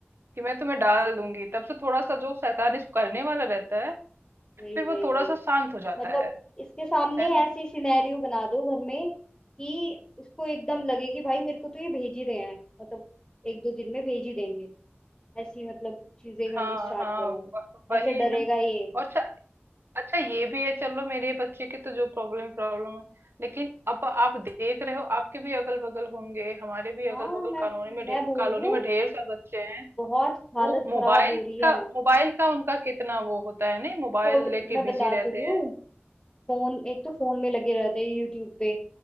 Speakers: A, on the right (about 65°); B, on the left (about 20°).
A: कि मैं तुम्हें डाल दूंगी तब से थोड़ा सा जो शैतानी करने वाला रहता है
B: वही
A: फिर वो
B: वही
A: थोड़ा-सा
B: वही
A: शांत हो जाता
B: मतलब
A: है,
B: इसके सामने
A: है ना?
B: ऐसी सिनेरियो बना दो घर में कि इसको एकदम लगे कि भाई मेरे को तो ये भेज ही रहे हैं मतलब एक दो दिन में भेज ही देंगे ऐसी मतलब चीजें करनी
A: हाँ,
B: स्टार्ट
A: हाँ,
B: करो
A: व वही
B: ऐसे डरेगा
A: ना।
B: ये
A: और अच्छा अच्छा ये भी है चलो मेरे बच्चे की तो जो प्रॉब्लम प्रॉब्लम है, लेकिन अब आप देख रहे हो आपके भी अगल-बगल होंगे, हमारे भी अगल-बगल
B: हाँ मैं
A: कॉलोनी में
B: मैं
A: ढे
B: बोल
A: कॉलोनी
B: रही हूँ
A: में ढेर सारे बच्चे हैं।
B: बहुत हालत
A: वो मोबाइल
B: खराब हो रही
A: का
B: है
A: मोबाइल का उनका कितना वो होता है नहीं मोबाइल
B: चौबीस
A: लेके
B: मैं बता
A: बिज़ी रहते
B: तो रही हूँ
A: हैं।
B: फोन एक तो फोन में लगे रहते हैं यूट्यूब पे